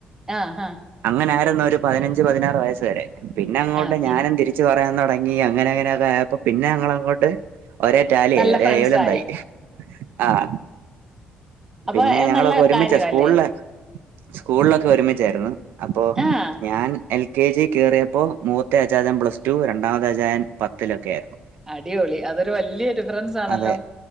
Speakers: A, on the right (about 15°); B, on the right (about 85°).
A: ആഹ് ഹാ
B: അങ്ങനെ ആയിരുന്നു ഒരു പതിനഞ്ച് പതിനാറ് വയസ്സ് വരെ. പിന്നെ അങ്ങോട്ട്
A: ആ പിൻ
B: ഞാനും തിരി ച്ച് പറയാൻ തുടങ്ങി അങ്ങനെങ്ങനെ ഇതായപ്പം പിന്നെ ഞങ്ങളങ്ങോട്ട് ഒരേ ടാലിയായി
A: നല്ല
B: ഒരേ
A: ഫ്രണ്ട്സായി.
B: വേവ് ലെങ്ങ്ത് ആയി. ആഹ്.
A: അപ്പൊ
B: പിന്നെ
A: ഏ,
B: ഞങ്ങളൊക്കെ
A: നല്ല
B: ഒരുമിച്ചാ
A: കാര്യാല്ലേ?
B: സ്കൂളേ സ്കൂൾ ഒക്കെ ഒരുമിച്ചാരുന്നു അപ്പോ
A: ആഹ്.
B: ഞാൻ എൽ കെ ജി കേറിയപ്പോ മൂത്ത അച്ചാച്ചൻ പ്ലസ് ടു രണ്ടാമത്തെ അച്ചായൻ പത്തിലൊക്കെ ആരുന്നു
A: അടിപൊളി അതൊരു വല്യ ഡിഫറൻസ് ആണല്ലോ
B: അതെ